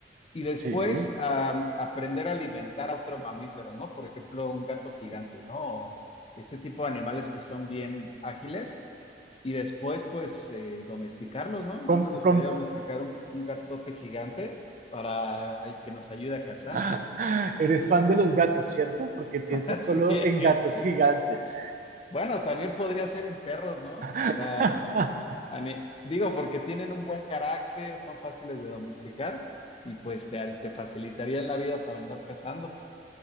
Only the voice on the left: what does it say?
y después
am, aprender a alimentar a otro mamífero, ¿no? Por ejemplo, un gato gigante, ¿no? O este tipo de animales que son bien ágiles y después pues eh, domesticarlos, ¿no?
A mí me gustaría
domesticar un, un gatote gigante para ay, que nos ayude a cazar.
<laughs>
Sí.
Bueno, también podría ser en perros, ¿no?
O sea... A digo, porque tienen un buen carácter, son fáciles de domesticar y pues te, te facilitarían la vida para andar cazando.